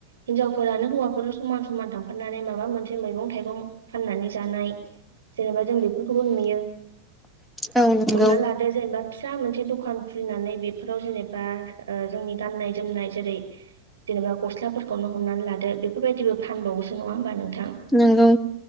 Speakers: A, on the right (about 65°); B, in the centre.
A: हिनजावफोरा मानो हौवाफोराव समान समान थांफनानै माबा मोनसे मैगं-थाइगं फाननानै जानाय जेनेबा जों बेफोरखौबो नुयो
B: औ नंगौ
A: हमना लादो जेनेबा फिसा मोनसे दखान खुलिनानै बेफोराव जेनेबा ओ जोंनि गाननाय जोमनाय जेरै जेनेबा गस्लाफोरखौनो हमनानै लादो बेफोरबायदिबो फानबावोसो नङा होनोमबा नों
B: नांगौ